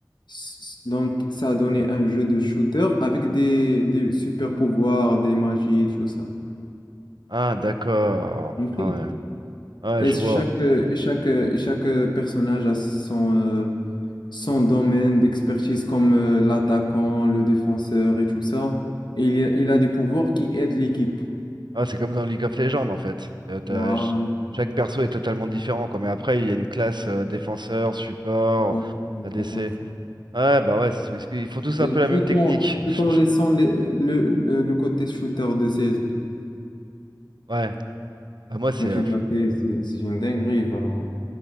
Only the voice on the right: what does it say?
Ah, d'accord.
Ah, ouais. Ah, ouais,
je
vois.
Ah, c'est comme dans League of Legends, en fait. Euh, t'as-
ch- Chaque perso est totalement différent, quoi. Mais après, il y a une classe euh, défenseur, support,
ADC.
Ouais, bah ouais, c'est- ils ils font tous
un peu la
même technique.
<laughs>
Ouais. Bah, moi, c'est.
euh,